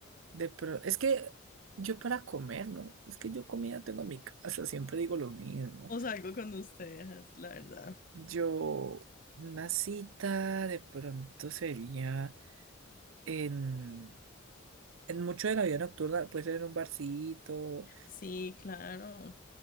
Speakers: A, on the right; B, on the left.
A: de pro- es que yo para comer, ¿no? Es que yo comida tengo en mi casa, siempre digo lo mismo.
B: O salgo con ustedes, la verdad.
A: Yo, una cita de pronto sería en, en mucho de la vida nocturna, puede ser en un barcito,
B: Sí, claro.